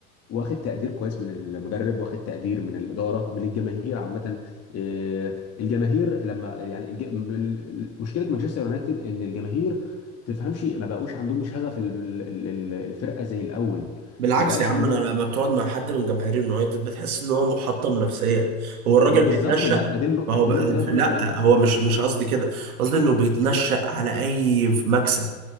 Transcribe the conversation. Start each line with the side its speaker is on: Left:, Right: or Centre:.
Left: واخد تقدير كويس من المدرب واخد تقدير من الاداره من الجماهير عامه آه، الجماهير لما يعني الج... ال- مشكله مانشستر يونايتد ان الجماهير تفهمش ما بقوش عندهم شغف ال- ال- ال- الفرقه زي الاول
Right: بالعكس
Left: ما بقاش
Right: يا عم
Left: عندهم
Right: انا لما بتقعد مع حد من جماهير اليونايتد بتحس ان هو محطم نفسيا هو الراجل
Left: ما هو بالظبط
Right: بيتنشأ
Left: ما ما دي النق-
Right: ما هو
Left: دي
Right: بقى
Left: النقطه
Right: الف-
Left: اللي انا بقول
Right: لا
Left: لك عليها
Right: هو مش مش قصدي كده قصدي انه بيتنشأ على اي مكسب